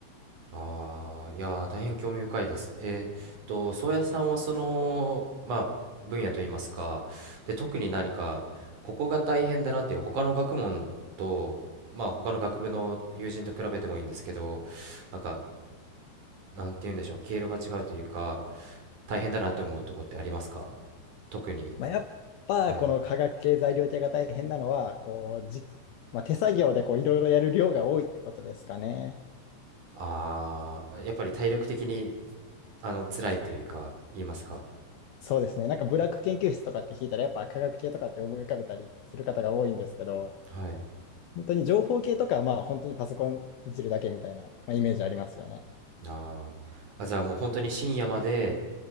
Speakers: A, on the right (about 45°); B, on the left (about 75°).
A: ああ、いやー、大変興味深いです。えーっと、宗谷さんはその、まあ、分野といいますか、で、特に何か、ここが大変だなっていう、他の学問と、まあ、他の学部の友人と比べてもいいんですけど、なんか、なんて言うんでしょう、経路が違うというか、大変だなって思うとこってありますか特に。
B: まあ、やっぱこの化学系材料系が大変なのは、
A: はい。
B: こうじ、まあ、手作業でこういろいろやる量が多いってことですかね。
A: ああ、やっぱり体力的に、あの、辛いというか、言いますか。
B: そうですね。なんかブラック研究室とかって聞いたら、やっぱ科学系とかって思い浮かべたりする方が多いんですけど、
A: はい。
B: 本当に情報系とかはまあ本当にパソコンいじるだけみたいな、まあ、イメージありますよね。
A: あーあ、じゃあもう本当に深夜まで、